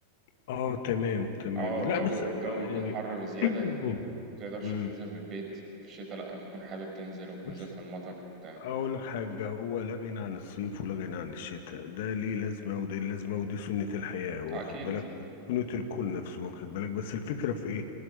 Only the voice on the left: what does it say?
اه تمام تمام
لا
بس
آه،
يعني
<clears throat>
مم.
بس
اقول لك حاجه هو لا غنى عن الصيف ولا غنى عن الشتاء ده ليه لازمه ودي لازمه ودي سنه الحياه واخد
بالك سنه الكون نفسه واخد بالك بس الفكره في ايه